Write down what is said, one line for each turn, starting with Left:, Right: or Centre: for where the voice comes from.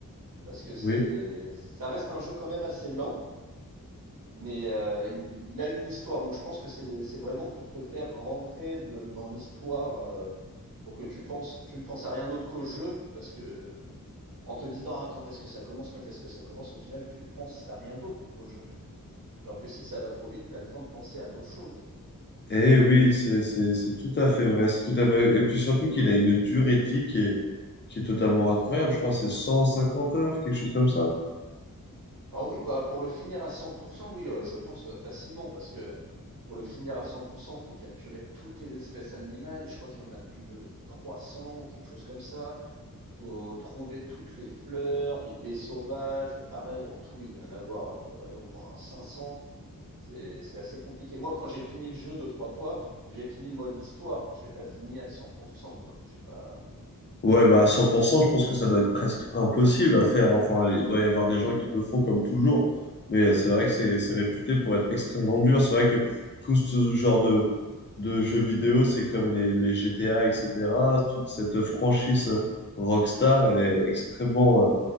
Right: parce que c'est
Left: Oui.
Right: ça reste un jeu quand même assez lent. Mais heu, il il a une histoire, donc je pense que c'est c'est vraiment pour te faire rentrer de dans l'histoire, heu, pour que tu penses tu ne penses à rien d'autre qu'au jeu parce que, en te disant: «Ah, quand est-ce que ça commence? Quand est-ce que ça commence?» au final, tu ne penses à rien d'autre qu'au jeu. Alors que si ça va trop vite, tu as le temps de penser à d'autres choses.
Left: Eh oui, c'est, c'est, c'est tout à fait vrai, c'est tout à fait vrai. Et puis surtout qu'il a une durée de vie qui est, qui est totalement incroyable. Je crois que c'est 150 heures, quelque chose comme ça.
Right: Ah oui, bah, pour le finir à 100 oui, heu, je pense, heu, facilement parce que, heu, pour le finir à 100 faut capturer toutes les espèces animales et je crois qu'il y en a plus de 300 ou quelque chose comme ça. Faut trouver toutes les fleurs, les baies sauvages. Pareil, en tout, il doit y en avoir euh, ouais, au moins 500. C'est, c'est assez compliqué. Moi, quand j'ai fini le jeu deux, trois fois, j'ai fini le mode histoire. Je l'ai pas fini à 100%, quoi. J'ai pas.
Left: Ouais, bah à 100%. je pense que ça doit être presque impossible à faire. Enfin, il doit y avoir des gens qui le font comme toujours. Mais c'est vrai que c'est, c'est réputé pour être extrêmement dur. C'est vrai que tout ce genre de, de jeux vidéo, c'est comme les, les GTA, etc. Toute cette franchise Rockstar, elle est extrêmement, euh,